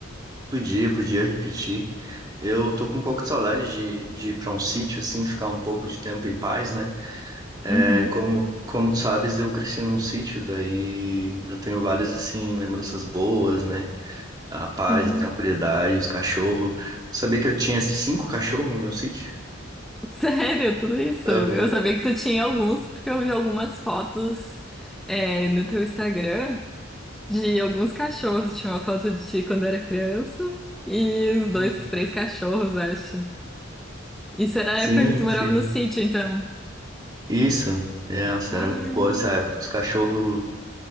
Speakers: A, on the right; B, in the centre.
A: Podia, podia repetir. Eu tô com um pouco de saudade de, de ir pra um sítio, assim, ficar um pouco de tempo em paz, né? É,
B: Uhum,
A: como, como tu sabes, eu cresci num sítio, daí eu tenho várias, assim, lembranças boas, né? A paz,
B: sim.
A: a tranquilidade, os cachorros. Sabia que eu tinha assim, cinco cachorros no meu sítio?
B: Sério, tudo isso.
A: Aham.
B: Eu sabia que tu tinha alguns, porque eu vi algumas fotos, é, no teu Instagram de alguns cachorros. Tinha uma foto de ti quando era criança e os dois,
A: Uhum.
B: três cachorros, acho. Isso era
A: Sim,
B: a época que tu morava
A: sim.
B: no sítio, então.
A: Isso. É, Nossa, era
B: Ai,
A: muito boa essa época. Os cachorros